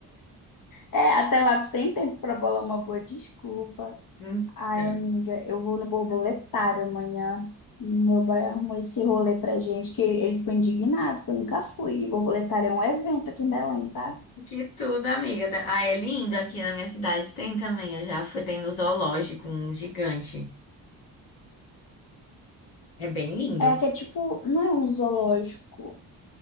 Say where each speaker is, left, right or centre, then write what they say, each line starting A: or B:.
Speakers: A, on the left; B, on the left.
A: É, até lá tu tem tempo pra bolar uma boa desculpa.
B: <laughs>
A: Ai,
B: Então,
A: amiga, eu vou no borboletário amanhã. Meu pai arrumou esse rolê pra gente, que ele ficou indignado, que eu nunca fui. E borboletário é um evento aqui em Belém, sabe?
B: Que tudo, amiga. Da- Ah, é lindo aqui na minha cidade. Tem também. Eu já fui, tem no zoológico, um gigante. É bem lindo.
A: É que é tipo, não é um zoológico.